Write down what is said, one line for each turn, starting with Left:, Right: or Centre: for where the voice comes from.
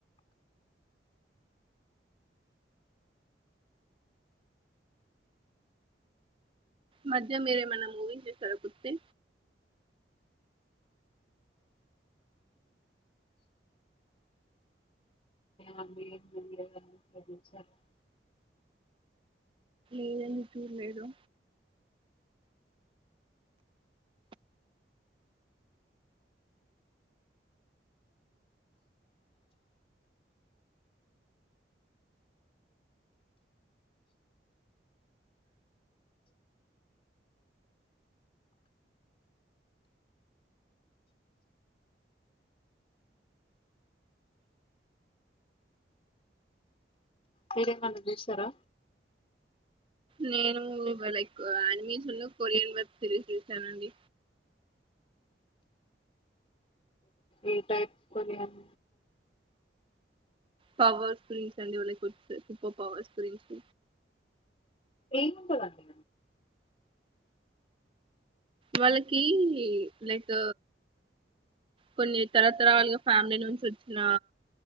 Right: మధ్య మీరేమైనా మూవీ చూసారా కుస్తీ
Left: <unintelligible>
Right: ఏమి చూడలేదా
Left: మీరేమైనా చూసారా
Right: నేను ఇ లైక్ <unintelligible> కొరియన్ వెబ్ సిరీస్ చూశానండి
Left: ఏ టైప్ కొరియన్
Right: పవర్ ఫిలిమ్స్ అండి లైక్ సూపర్ పవర్ ఫిలిమ్స్
Left: ఏముంటదండి
Right: వాళ్ళకి లైక్ కొన్ని తరతరాలుగా ఫ్యామిలీ నుంచి వచ్చిన